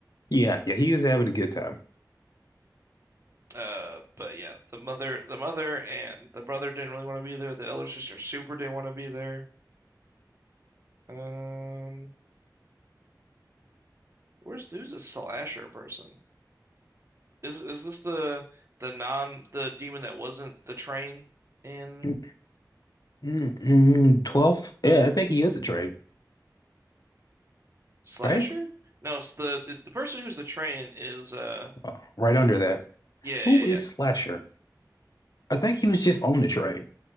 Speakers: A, on the left (about 60°); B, on the right (about 40°).
A: Yeah, yeah, he was having a good time.
B: Uh, but yeah, the mother, the mother and the brother didn't really want to be there. The elder sister super didn't want to be there. Um, where's who's the slasher person? Is is this the the non the demon that wasn't the train in
A: Mm, mm, mm, 12th. Yeah, I think he is a train,
B: slasher?
A: right?
B: No, it's the the, the person who's the train is uh
A: Uh, Right under that.
B: yeah
A: Who
B: yeah yeah.
A: is Slasher? I think he was just on the train.